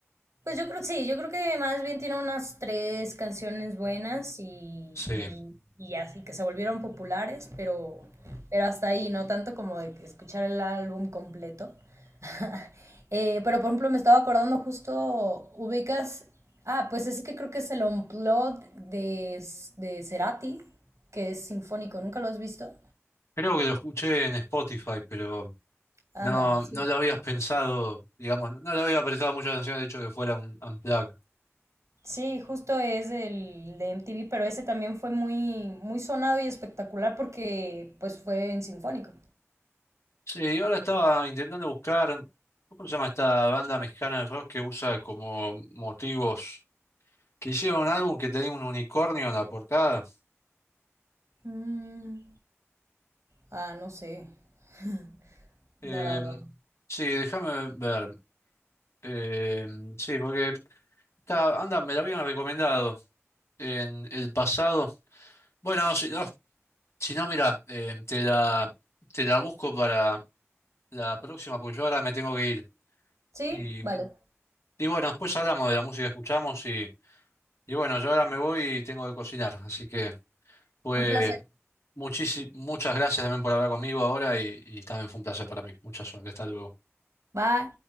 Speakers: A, on the right; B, on the left.
A: Pues yo creo, sí, yo creo que más bien tiene unas tres canciones buenas y,
B: Sí.
A: y, y así que se volvieron populares, pero, pero hasta ahí, no tanto como de que escuchar el álbum completo. <laughs> Eh, pero por ejemplo, me estaba acordando justo, ubicas, ah, pues es que creo que es el Unplugged de, de Cerati, que es sinfónico, ¿nunca lo has visto?
B: Creo que lo escuché en Spotify, pero...
A: Anda,
B: No,
A: sí.
B: no lo habías pensado, digamos, no le había prestado mucha atención al hecho de que fuera un unplugged.
A: Sí, justo es el de MTV, pero ese también fue muy, muy sonado y espectacular porque pues fue en Sinfónico.
B: Sí, ahora estaba intentando buscar, ¿cómo se llama esta banda mexicana de rock que usa como motivos? Que hicieron un álbum que tenía un unicornio en la portada.
A: Mm, ah, no sé. <laughs>
B: Eh,
A: No, la verdad.
B: sí, déjame ver. Eh, sí, porque esta banda me la habían recomendado en el pasado. Bueno, si no, si no, mira, eh, te la, te la busco para la próxima, porque yo ahora me tengo que
A: Sí,
B: ir.
A: vale.
B: Y bueno, después hablamos de la música que escuchamos y, y bueno, yo ahora me voy y tengo que cocinar. Así que fue
A: Un placer.
B: muchísimas, muchas gracias también por hablar conmigo ahora y, y también fue un placer para mí. Mucha suerte. Hasta luego.
A: Bye.